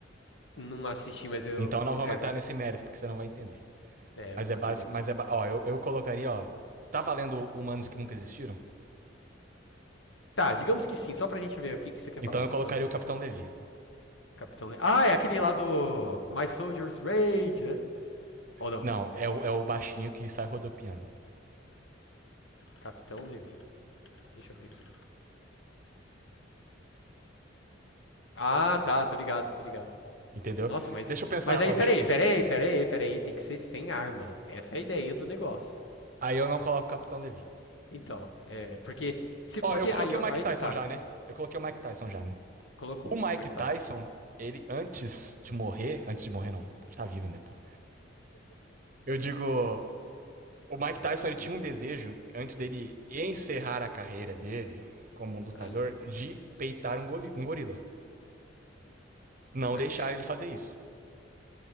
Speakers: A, on the left (about 70°); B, on the right (about 45°).
A: Não assisti, mas eu.
B: Então não vou
A: É,
B: aumentar
A: agora
B: nesse mérito, porque você não vai entender.
A: É,
B: Mas
A: não vou
B: é básico.
A: atender.
B: Mas é. ba- Ó, eu, eu colocaria, ó. Tá valendo humanos que nunca existiram?
A: Tá, digamos que sim, só pra gente ver o que, que você quer
B: Então
A: falar.
B: eu colocaria
A: Ah,
B: o Capitão Levi.
A: Capitão Levi. Ah, é aquele lá do My Soldier's Rage, né? Ou não?
B: Não, é o, é o baixinho que sai rodopiando.
A: Capitão Levi. Deixa eu ver aqui. Ah, tá, tô ligado, tô ligado.
B: Entendeu?
A: Nossa, mas.
B: Deixa eu pensar,
A: Mas aí,
B: ó,
A: peraí,
B: deixa eu.
A: peraí, peraí, peraí. Tem que ser sem arma. Essa é a ideia do negócio.
B: Aí eu não coloco o Capitão Levi.
A: Então, é. Porque. Se,
B: Ó,
A: porque
B: eu coloquei
A: aí, ó,
B: o Mike
A: aí
B: Tyson
A: que tá.
B: já, né? Eu coloquei o Mike Tyson já, né?
A: Colocou.
B: O Mike
A: Como é que
B: Tyson,
A: tá isso?
B: ele antes de morrer. Antes de morrer, não. Ele tá vivo ainda, pô. Eu digo. O Mike Tyson ele tinha um desejo, antes dele encerrar a carreira dele como um lutador,
A: Aí sim.
B: de peitar um, goli- um gorila. Não deixaram
A: É, é,
B: ele fazer isso.